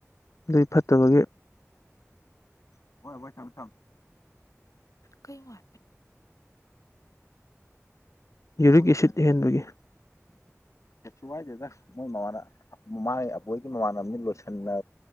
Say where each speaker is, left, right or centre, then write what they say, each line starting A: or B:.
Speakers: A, on the left (about 70°); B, on the left (about 85°).
A: ꯃꯤ ꯐꯠꯇꯕꯒꯤ <unintelligible>
B: ꯀꯩ ꯋꯥ
A: ꯌꯨꯔꯤꯛ ꯑꯦꯁꯤꯠ ꯍꯦꯟꯕꯒꯤ
B: ꯑ
A: ꯀꯁꯨ ꯋꯥꯏꯗꯦꯗ ꯃꯣꯏ ꯃꯃ ꯃꯥꯏ ꯑꯕꯣꯏꯒꯤ ꯃꯃꯥꯅꯕꯅꯤ ꯑꯃꯅꯤ ꯂꯣꯏꯁꯤ ꯍꯟꯅ